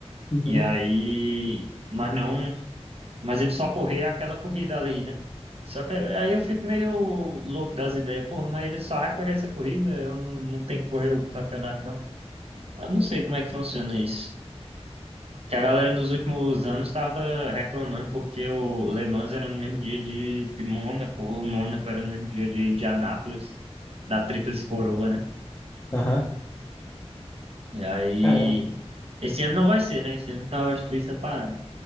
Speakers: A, on the left; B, on the right.
A: Uhum,
B: E aí, mas não, mas ele só correr aquela corrida ali, né? Só que aí eu fico meio louco das ideias, pô, mas ele só vai correr essa corrida, eu não, não tenho que correr o campeonato, não. Eu não sei como é que funciona isso. Que a galera nos últimos anos estava reclamando porque o Le Mans era no mesmo dia de, de Mônaco, o Mônaco era no mesmo dia de Indianápolis, da Tríplice Coroa, né?
A: aham,
B: E aí,
A: caramba.
B: esse ano não vai ser, né? Esse ano tá os três separados.